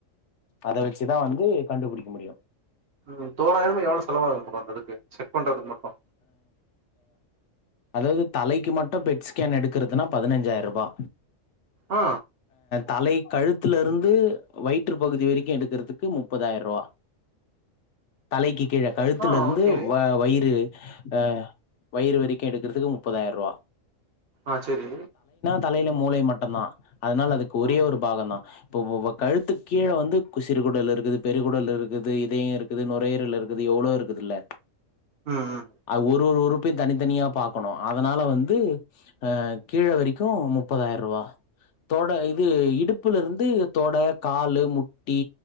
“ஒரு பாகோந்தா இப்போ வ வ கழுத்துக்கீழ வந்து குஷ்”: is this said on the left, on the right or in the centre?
Left